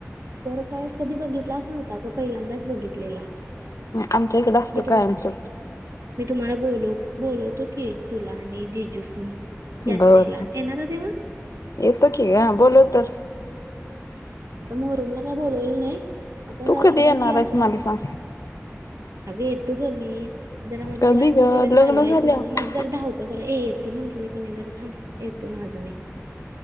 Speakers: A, on the right; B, on the left.
A: तर काय कधी बघितलाच नव्हता ग पहिल्यांदाच बघितलेला.
B: आमच्या इकडं असतं
A: मी तुम
B: कायमच.
A: मी तुम्हाला बोल बोलवतो की तुला आणि जिजूसनी. यात्रेला
B: बर
A: येणारा तेव्हा
B: येतो की ग बोलो तर
A: आता मोहरमला काय बोलवलं नाही आता नरसुबाची
B: तू कधी येणार
A: यात्रा
B: आहेस मला सांग
A: अगं येतो ग मी जरा माझा
B: कधी
A: क्लास
B: ग
A: वगैरे
B: लग्न
A: चालू आहे
B: झाल्यावर
A: म्हणलं माझे जरा धावपळ चालू ये तू म्हंटलय कणी जरा थांब येतो माझं मी.